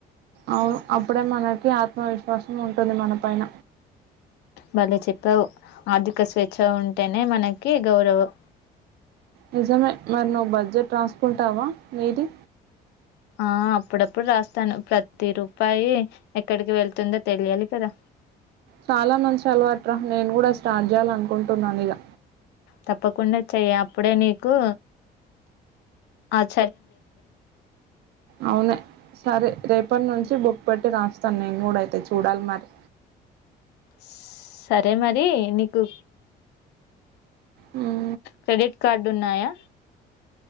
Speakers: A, on the right; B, on the left.
A: అవు అప్పుడే మనకి ఆత్మ విశ్వాసం ఉంటుంది. మన పైన
B: భలే చెప్పావు ఆర్థిక స్వేచ్ఛ ఉంటేనే మనకి గౌరవం.
A: నిజమే మరి నువ్వు బడ్జెట్ రాసుకుంటావా నీది
B: ఆ అప్పుడప్పుడు రాస్తాను ప్రతి రూపాయి ఎక్కడికి వెళ్తుందో తెలియాలి కదా
A: చాలా మంచి అలవాట్రా నేను కూడా స్టార్ట్ చేయాల అనుకుంటున్నాను ఇగ
B: తప్పకుండా చెయ్ అప్పుడే నీకు అద్
A: అవును సరే రేపు అప్పటి నుంచి బుక్ పెట్టి రాస్తాను నేను కూడా అయితే చూడాలి మరి
B: స్ సరే మరి నీకు
A: హ్మ్
B: క్రెడిట్ కార్డు ఉన్నాయా